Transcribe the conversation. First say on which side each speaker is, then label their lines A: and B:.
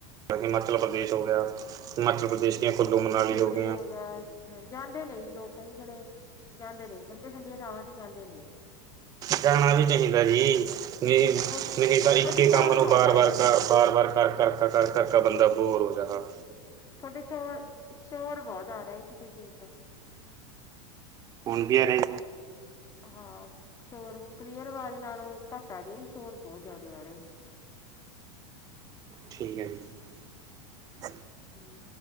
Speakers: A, on the right (about 20°); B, on the left (about 20°).
A: ਹਿਮਾਚਲ ਪ੍ਰਦੇਸ਼ ਹੋ ਗਿਆ। ਹਿਮਾਚਲ ਪ੍ਰਦੇਸ਼
B: ਹਾਂ
A: ਦੀਆਂ ਕੁੱਲੂ ਮਨਾਲੀ
B: ਮਸੂਰੀ
A: ਹੋ ਗਿਆ।
B: ਗਿਆ ਜਾਂਦੇ ਨੇ ਲੋਕ ਕਈ ਜਣੇ ਜਾਂਦੇ ਨੇ ਠੰਡੀਆਂ ਠੰਡੀਆਂ ਥਾਵਾਂ ਤੇ ਜਾਂਦੇ ਨੇ ਜੀ।
A: ਜਾਣਾ ਵੀ ਚਾਹੀਦਾ ਜੀ ਵੀ
B: ਤੁਹਾਡੇ ਤੁਹਾਡੇ
A: ਨਹੀਂ ਤਾਂ ਇੱਕ
B: ਸ਼ੋਰ
A: ਕੰਮ ਨੂੰ
B: ਬਹੁਤ
A: ਵਾਰ-ਵਾਰ
B: ਆ ਰਿਹਾ ਜੀ
A: ਕਰ ਬਾਰ-ਬਾਰ ਕਰ-ਕਰ-ਕਰ ਕਰਕਾ ਬੰਦਾ ਬੋਰ ਹੋ ਜਾਂਦਾ
B: ਤੁਹਾਡੇ ਸ਼ੋਰ-ਸ਼ੋਰ ਬਹੁਤ ਆ ਰਿਹਾ ਹੈ ਕਿਸੇ ਚੀਜ਼ ਦਾ
A: ਫੋਨ ਵੀ ਹੈ ਰਹੇ
B: ਹਾਂ ਸ਼ੋਰ ਹੁ ਕਲੀਅਰ ਆਵਾਜ ਨਾਲ ਘੱਟ ਆ ਰਹੀ ਸ਼ੋਰ ਬਹੁਤ ਜ਼ਿਆਦਾ ਆ ਰਹੇ
A: ਠੀਕ ਹੈ ਜੀ
B: ਹਮ